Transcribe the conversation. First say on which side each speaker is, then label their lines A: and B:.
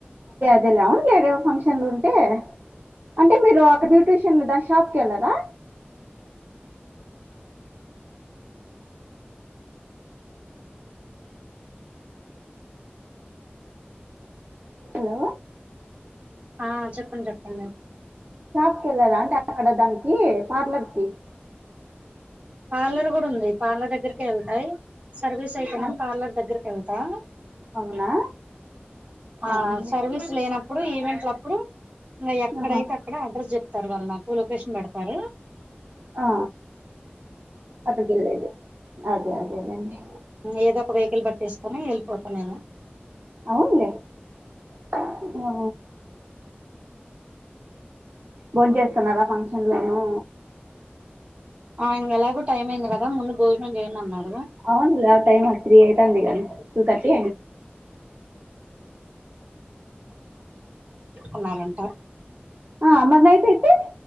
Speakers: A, on the right; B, on the right.
A: వు లేడే ఫంక్షన్లు ఉంటే అంటే మీరు ఒక బ్యూటీషియన్ దర్. షాప్ కెల్లనా. హలో.
B: ఆ చెప్పండి అక్క అనేది.
A: షాప్ కి వెళ్ళారా అంటే అక్కడ దానికి పార్లర్ కి‌‌.
B: పార్లర్ కూడా ఉంది పార్లర్ దగ్గరక వెళ్తాయి సర్వీస్ అయితేనాం
A: ఆ
B: పార్లర్ దగ్గర. ఎల్తా.
A: అవునా.
B: ఆ
A: అవునులే
B: సర్వీస్ లేనప్పుడు ఈవెంట్లప్పుడు. ఎక్కడైతే
A: ఆహా
B: అక్కడ అడ్రస్ చెప్తారు వాళ్ళు నాకు లొకేషన్ పెడతారు.
A: ఆ అక్కడికి వెళ్ళలేది అదే అదేదండి.
B: ఏదో ఒక వెహికల్ బట్ట్టేసుకొని వెళ్ళిపోతా నేను.
A: అవునులే ఆ భోన్ చేస్తున్నారా ఫంక్షన్లను
B: ఆ ఇంగ ఎలాగో టైం అయింది కదా ముందు భోజనం చేయండి అన్నారు
A: అవును లే ఆ టైమ్ త్రీ అయితంది గాని టూ థర్టీ
B: ఉన్నారంట
A: ఆ మరి నైట్ అయితే